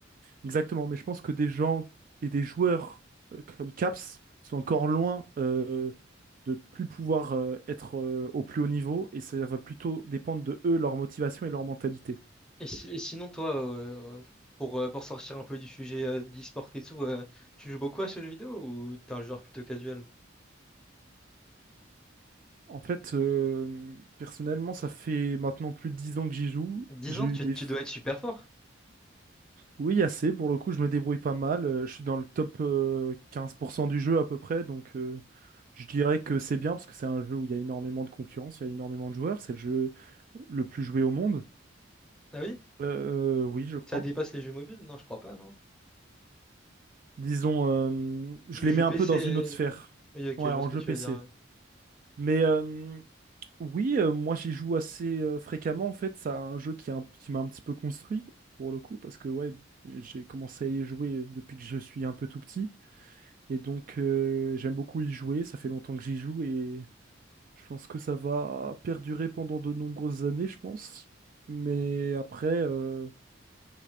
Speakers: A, on the right; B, in the centre.
A: Exactement, mais je pense que des gens et des joueurs euh, comme Caps sont encore loin euh, de plus pouvoir euh, être euh, au plus haut niveau et ça va plutôt dépendre de eux, leur motivation et leur mentalité.
B: Et, si- et sinon, toi, euh, pour, euh, pour sortir un peu du sujet euh, d'e-sport et tout, euh, tu joues beaucoup à ce jeu vidéo ou t'es un joueur plutôt casual?
A: En fait, euh, personnellement, ça fait maintenant plus de 10 ans que j'y joue.
B: dix
A: J'ai
B: ans,
A: eu
B: tu,
A: des...
B: tu
A: f-
B: dois être super fort.
A: Oui, assez, pour le coup, je me débrouille pas mal. Euh, Je suis dans le top euh, 15% du jeu à peu près, donc euh, je dirais que c'est bien parce que c'est un jeu où il y a énormément de concurrence, il y a énormément de joueurs, c'est le jeu le plus joué au monde.
B: Ah oui?
A: Euh, euh, oui, je crois.
B: Ça dépasse les jeux mobiles? Non, je crois pas, non.
A: Disons, euh, je
B: Le
A: les
B: jeu
A: mets
B: PC.
A: un peu dans une autre sphère.
B: Oui, ok,
A: Ouais,
B: je
A: en
B: vois ce que
A: jeu
B: tu
A: PC.
B: veux dire. hein.
A: Mais euh, oui, euh, moi j'y joue assez euh, fréquemment en fait. C'est un jeu qui, a un- qui m'a un petit peu construit pour le coup parce que ouais, j'ai commencé à y jouer depuis que je suis un peu tout petit et donc euh, j'aime beaucoup y jouer. Ça fait longtemps que j'y joue et je pense que ça va perdurer pendant de nombreuses années, je pense. Mais après. euh,